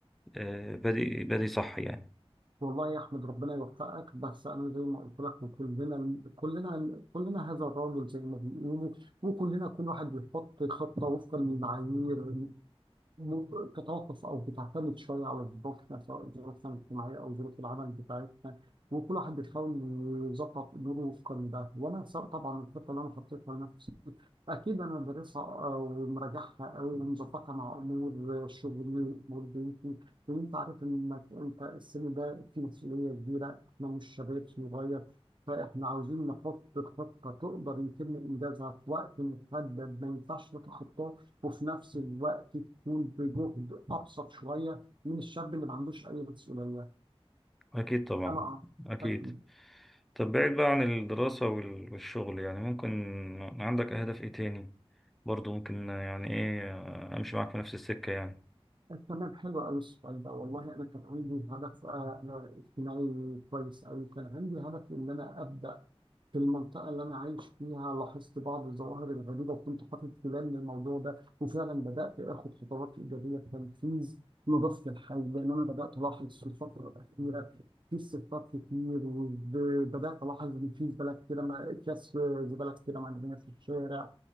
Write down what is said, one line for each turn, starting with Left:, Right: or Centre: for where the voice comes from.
Centre: آه، بادئ بادئ صح يعني
Right: والله يا احمد ربنا يوفقك بس انا زي ما قلت لك كلنا كلنا كلنا هذا الرجل زي ما بيقولوا وكلنا كل واحد بيحط خطه وفقا للمعايير م- تتوقف او بتعتمد شويه على ظروفنا سواء ظروفنا الاجتماعيه او ظروف العمل بتاعتنا وكل واحد بيحاول يظبط اموره وفقا لده وانا سواء طبعا الخطه اللي انا حطيتها لنفسي أكيد أنا بدرسها آه، ومراجعها أوي ومظبطها مع أمور شغلي وأمور بيتي لأن أنت عارف إنك أنت السن ده فيه مسؤولية كبيرة إحنا مش شباب صغير فإحنا عاوزين نحط خطة تقدر يتم إنجازها في وقت محدد ما ينفعش تتخطاه وفي نفس الوقت تكون بجهد أبسط شوية من الشاب اللي ما عندوش أي مسؤولية
Centre: اكيد طبعا
Right: أنا أه
Centre: اكيد
Right: أكيد
Centre: طب بعيد بقى عن الدراسة وال- والشغل يعني ممكن عندك أهداف إيه تاني برضو ممكن يعني إيه أمشي معاك في نفس السكة يعني
Right: تمام حلو قوي السؤال ده والله انا كان عندي هدف آه، انا اجتماعي كويس قوي كان عندي هدف ان انا ابدا في المنطقة اللي أنا عايش فيها لاحظت بعض الظواهر الغريبة وكنت حاطط بلان للموضوع ده وفعلا بدأت آخد خطوات إيجابية في تنفيذ نظافة الحي لأن أنا بدأت ألاحظ في الفترة الأخيرة في صفات كتير وبدأت ألاحظ إن في زبالة كتيرة مع- أكياس زبالة كتيرة مرمية في الشارع